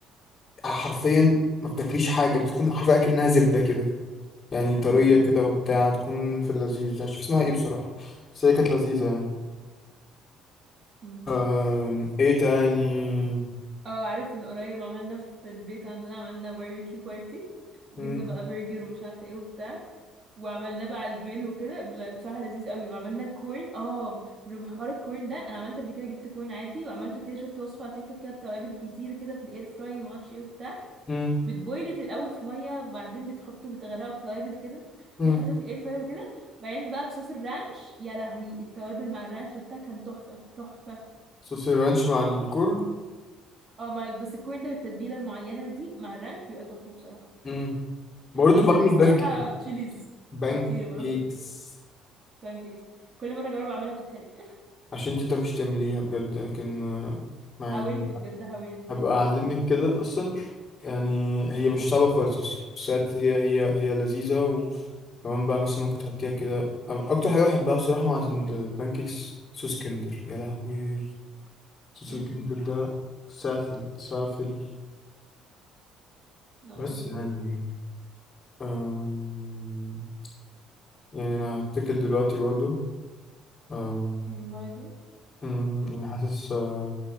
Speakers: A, on the left (about 30°); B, on the right (about 40°).
A: حرفيا ما بتاكليش حاجة بتكون حرفيا كأنها زبدة كده يعني طرية
B: مم.
A: كده وبتاع تكون في اللذيذ أنا مش عارف اسمها ايه بصراحة بس هي كانت لذيذة يعني
B: مم.
A: آم، ايه تاني
B: اه عارف من قريب عملنا في البيت عندنا عملنا باربيكيو بارتي جبنا
A: مم،
B: بقى برجر ومش عارفه ايه وبتاع وعملناه بقى على الجريل وكده لا، بصراحه لذيذ قوي وعملنا الكورن اه بحوار الكورن ده انا عملت قبل كده جبت كورن عادي وعملته كده شفت وصفه على تيك توك كده بتوابل كتير كده في الاير فراير ما اعرفش ايه وبتاع
A: مم،
B: بتبويلت الاول في ميه بعدين بتحطه بتغرقه بتوابل كده
A: مم.
B: بعدين حطيته في الاير فراير وكده بعدين بقى بصوص الرانش يا لهوي التوابل مع الرانش وبتاع كان تحفه تحفه
A: صوص الرانش مع الكرن
B: اه مع البسكوين ده بالتتبيله المعينه دي مع الرانش بيبقى تحفه بصراحه
A: مم. برضه
B: اصلا
A: بعمل
B: لسه
A: بان
B: رايحه
A: كيك
B: تشيليز
A: بان
B: خطير بروح
A: كيكس
B: بانكيكس كل مره اجرب اعملها بتتحرق
A: عشان انت متعرفيش تعمليها بجد لكن آه،
B: <laughs>
A: ما
B: حاولت
A: يعني
B: بجد حاولت
A: هبقى
B: يعني بجد
A: اعلمك كده اصلا يعني هي مش صعبة خالص اصلا بس هي هي هي هي لذيذة وكمان بقى مثلا ممكن تحطيها كده أنا اكتر حاجة بحبها بصراحة مع البان كيكس صوص كندر يا لهوي صوص
B: امم
A: الكندر ده سافل سافل
B: لا
A: بس
B: لذيذ
A: يعني أم... يعني انا هتكل دلوقتي برضو أم...
B: أمم، برضه
A: أمم،
B: امم
A: يعني حاسس آه،